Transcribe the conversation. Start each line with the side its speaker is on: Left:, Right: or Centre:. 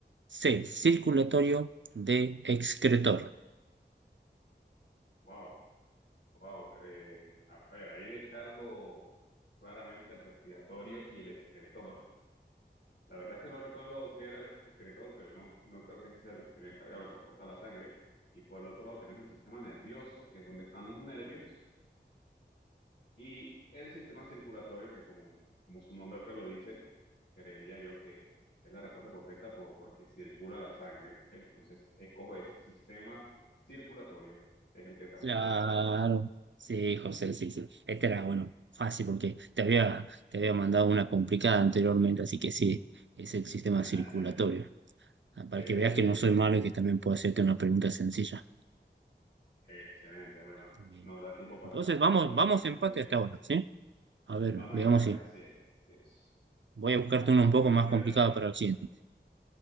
Right: C, circulatorio, D, excretor.
Left: wow, wow. eh, a ver, ahí descarto claramente el respiratorio y el esqueletor. La verdad es que no recuerdo qué era el excretor, pero no, <laughs> no creo que ese sea el, el encargado de transportar la sangre. Y por el otro lado tenemos el sistema nervioso, que es donde están los nervios, y el sistema circulatorio, que como, como su nombre lo dice, creería yo que es la respuesta correcta por- porque circula la sangre. Entonces, escojo ese sistema circulatorio, es el que transporta
Right: Claro.
Left: la sangre.
Right: Sí, José, sí, sí. Este era, bueno, fácil porque te había, te había mandado una complicada anteriormente, así que sí, es el sistema
Left: <laughs>
Right: circulatorio. Ah,
Left: Eh,
Right: Para que veas que no soy malo y que también puedo hacerte una pregunta sencilla.
Left: excelente, bueno,
Right: Bien.
Left: nos da tiempo para,
Right: Entonces, vamos,
Left: para una
Right: vamos
Left: más,
Right: empate
Left: diría.
Right: hasta ahora, ¿sí? A ver,
Left: Vamos
Right: veamos
Left: a empate,
Right: si.
Left: así es, así es.
Right: Voy a buscarte
Left: Aquí
Right: uno un
Left: te
Right: poco
Left: voy
Right: más
Left: a tirar
Right: complicado para el siguiente.